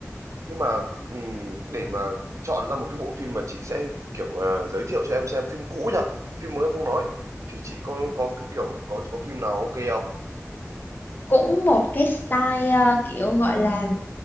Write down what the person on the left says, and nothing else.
cũng một cái style ờ, kiểu gọi là